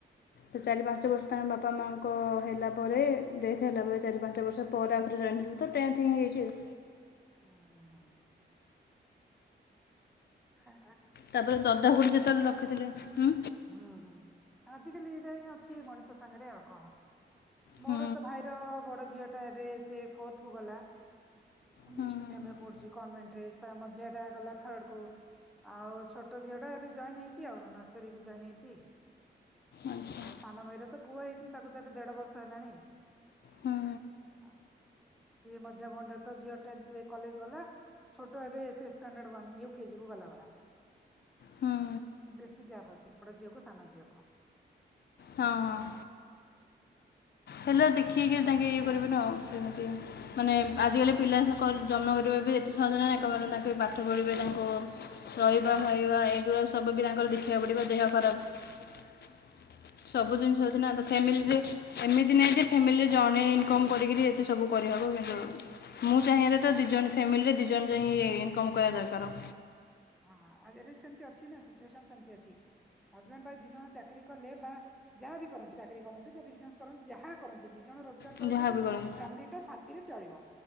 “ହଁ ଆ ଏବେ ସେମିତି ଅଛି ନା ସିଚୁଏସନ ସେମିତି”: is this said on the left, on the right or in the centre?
Centre